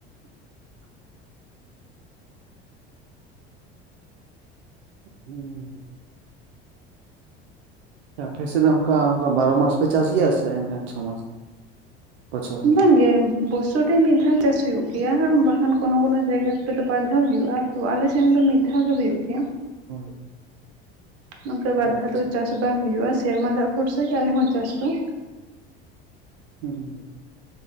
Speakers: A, on the right; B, on the right.
A: ᱦᱩ᱾ ᱟᱯᱮ ᱥᱮᱫ ᱫᱚ ᱚᱱᱠᱟ ᱚᱱᱠᱟ ᱵᱟᱨᱚ ᱢᱟᱥ ᱯᱮ ᱪᱟᱥ ᱜᱮᱭᱟ ᱥᱮ ᱮᱱᱠᱷᱟᱱ <unintelligible> ᱵᱚᱪᱷᱚᱨ ᱨᱮ ᱢᱤᱫ
B: ᱵᱟᱝ ᱜᱮ᱾ ᱵᱚᱥᱚᱨ ᱨᱮ ᱢᱤᱫ ᱫᱷᱟᱣ ᱪᱟᱥ ᱦᱩᱭᱩᱜ ᱜᱮᱭᱟ᱾ ᱵᱟᱠᱷᱟᱱ ᱠᱳᱱᱳ ᱠᱳᱱᱳ ᱡᱟᱭᱜᱟ ᱠᱚᱨᱮ ᱫᱚ ᱵᱟᱨ ᱫᱷᱟᱣ ᱦᱩᱭᱩᱜᱼᱟ᱾ ᱛᱚ ᱟᱞᱮᱥᱮᱱ ᱫᱚ ᱢᱤᱫ ᱫᱷᱟᱣ ᱜᱮ ᱦᱩᱭᱩᱜ ᱜᱮᱭᱟ᱾
A: ᱦᱳᱭ
B: ᱱᱚᱝᱠᱟ ᱵᱟᱨ
A: ᱟᱪᱪᱷᱟ
B: ᱫᱷᱟᱣ ᱫᱚ
A: ᱟᱪᱪᱷᱟ
B: ᱪᱟᱥ ᱵᱟᱝ ᱦᱩᱭᱩᱜᱼᱟ᱾ ᱥᱮᱨᱢᱟ ᱫᱟᱜ ᱵᱷᱚᱨᱥᱟ ᱜᱮ ᱟᱞᱮ ᱦᱚᱸ ᱪᱟᱥ ᱫᱚ᱾
A: ᱦᱩᱸ ᱦᱩᱸ ᱾